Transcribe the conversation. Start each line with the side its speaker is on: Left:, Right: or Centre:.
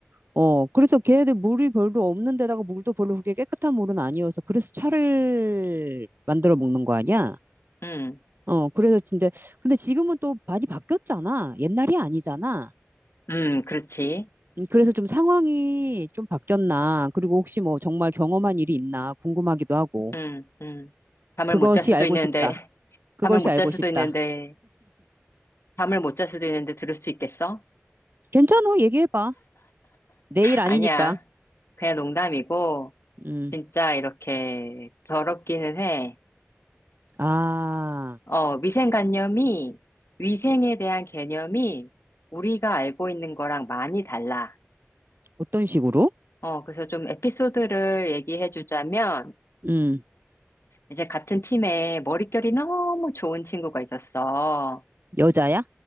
Right: 어, 그래서 걔네들 물이 별로 없는 데다가 물도 별로 그렇게 깨끗한 물은 아니어서 그래서 차를 만들어 먹는 거 아니야?
Left: 음,
Right: 어, 그래서 근데 근데 지금은 또 많이 바뀌었잖아. 옛날이 아니잖아.
Left: 음, 그렇지.
Right: 음, 그래서 좀 상황이 좀 바뀌었나. 그리고 혹시 뭐 정말 경험한 일이 있나 궁금하기도 하고.
Left: 음, 음. 잠을
Right: 그것이
Left: 못 잘 수도
Right: 알고
Left: 있는데,
Right: 싶다.
Left: <laughs>
Right: 그것이
Left: 잠을 못
Right: 알고
Left: 잘 수도
Right: 싶다.
Left: 있는데, 잠을 못 잘 수도 있는데 들을 수 있겠어?
Right: 괜찮아. 얘기해봐. 내 일 아니니까.
Left: 아니야. 그냥 농담이고,
Right: 음.
Left: 진짜 이렇게 더럽기는 해.
Right: 아,
Left: 어, 위생관념이, 위생에 대한 개념이 우리가 알고 있는 거랑 많이 달라.
Right: 어떤 식으로?
Left: 어, 그래서 좀 에피소드를 얘기해 주자면,
Right: 음.
Left: 이제 같은 팀에 머릿결이 너무 좋은 친구가 있었어.
Right: 여자야?